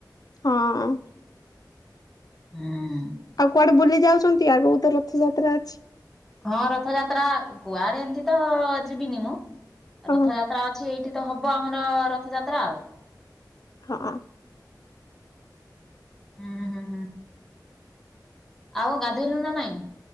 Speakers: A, on the left; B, in the centre.
A: ହଁ।
B: ହୁଁ।
A: ଆଉ କୁଆଡେ ବୁଲି ଯାଉଛନ୍ତି? ଆଗକୁ ତ ରଥଯାତ୍ରା ଅଛି।
B: ହଁ ରଥଯାତ୍ରା, କୁଆଡେ ଏମିତି ତ ଯିବିନି ମୁଁ।
A: ହଁ
B: ରଥଯାତ୍ରା ଅଛି ଏଇ ଏଠି ତ ହବ ଆମର ରଥଯାତ୍ରା ଆଉ।
A: ହଁ।
B: ହୁଁ- ହୁଁ- ହୁଁ। ଆଉ ଗାଧୋଇଲୁଣି ନା ନାଇଁ?